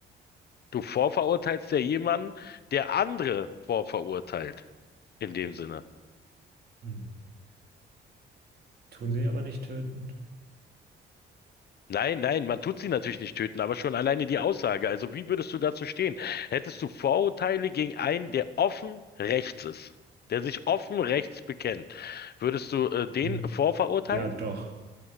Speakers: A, on the left; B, on the right.
A: Du vorverurteilst ja jemanden, der andere vorverurteilt, in dem Sinne.
B: Mhm. Tun sie aber nicht töten?
A: Nein, nein, man tut sie natürlich nicht töten, aber schon alleine die Aussage. Also wie würdest du dazu stehen? Hättest du Vorurteile gegen einen, der offen rechts ist, der sich offen rechts bekennt, würdest du äh, den
B: Mhm.
A: vorverurteilen?
B: Ja, doch.